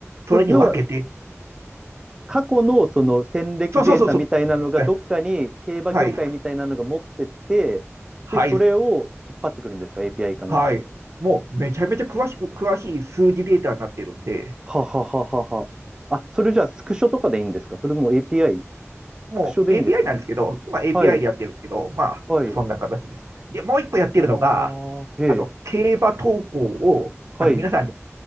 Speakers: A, on the right (about 65°); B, on the right (about 15°).
A: それに分けて、
B: よ、要は、過去のその戦歴データみたいなのがどっかに競馬業界みたいなのが持ってって、
A: そうそうそうそう。はい、はい、はい、
B: で、それを引っ張ってくるんですか ?API かなんかで。
A: はい。もうめちゃめちゃ詳しく、詳しい数字データになってるんで、
B: ははははは。あ、それじゃあスクショとかでいいんですかそれとも API?
A: もう
B: スクショでいいんですか
A: API なんですけど、今 API
B: はい、
A: でやってるんですけど、まあ、
B: はい。
A: そんな形ですね。で、もう一個やってるのが、
B: ああ、へえ、
A: あの、競馬投稿を、
B: はい。
A: あの、皆さん